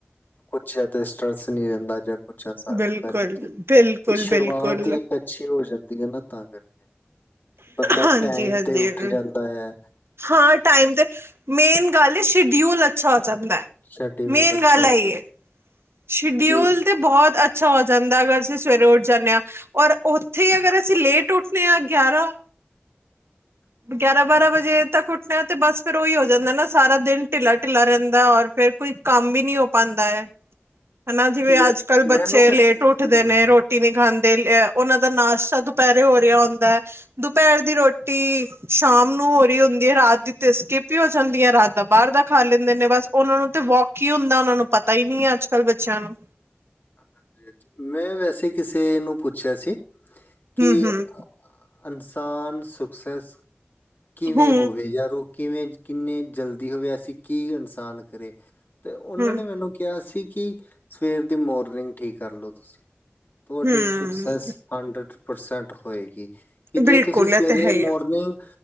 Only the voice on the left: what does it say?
ਕੁਛ ਸਟਰ੍ਰਸ ਨੀ ਰਹਿੰਦਾ ਜਾਂ ਕੁਛ ਐਸਾ ਰਹਿੰਦਾ
ਨੀ ਕਿ
ਤੇ ਸ਼ੁਰੂਆਤ
ਹੀ ਅੱਛੀ ਹੋ ਜਾਂਦੀ ਐ ਨਾ ਤਾਂ ਕਰਕੇ ਬੰਦਾ
ਟਾਈਮ
ਤੇ ਉੱਠ ਜਾਂਦਾ ਐ।
ਸ਼ਡਿਊਲ
ਅੱਛਾ
ਹੋ
ਜਾਂਦਾ
ਕਿ
<inaudible> <inaudible>
ਮੈਂ
ਮੈਨੂੰ ਕਿਸ
ਹਮ
ਹਾਂਜੀ ਹਾਂਜੀ, ਮੈਂ ਵੈਸੇ ਕਿਸੇ ਨੂੰ ਪੁੱਛਿਆ ਸੀ ਕਿ
ੲਨਸਾਨ ਸੁਕਸੈਸ ਕਿਵੇਂ
ਹੋਵੇ ਯਾਰ ਉਹ ਕਿਵੇਂ ਕਿੰਨ੍ਹੇ ਜਲਦੀ ਹੋਵੇ ਅਸੀਂ ਕੀ ੲਨਸਾਨ ਕਰੇ। ਤੇ ਉਹਨਾਂ
ਨੇ ਮੈਨੂੰ ਕਿਹਾ ਸੀ ਕਿ ਸਵੇਰ ਦੀ ਮੋਰਨਿੰਗ ਠੀਕ ਕਰ ਲਓ ਤੁਸੀਂ। ਤੁਹਾਡੀ
ਸੁਕਸੈਸ ਹੰਡਰਡ ਪਰਸੈਂਟ ਹੋਏਗੀ। ਕਿ ਜੇ
ਤੁਸੀਂ ਸਵੇਰੇ
ਮੋਰਨਿੰਗ